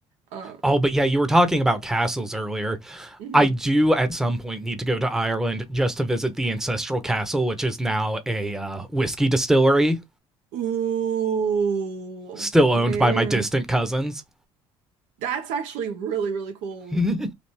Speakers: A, on the right; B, in the centre.
A: Um,
B: Oh, but yeah, you were talking about castles earlier.
A: mhm.
B: I do at some point need to go to Ireland just to visit the ancestral castle, which is now a uh, whiskey distillery,
A: Ooh,
B: still owned
A: man.
B: by my distant cousins.
A: That's actually really, really cool.
B: <laughs>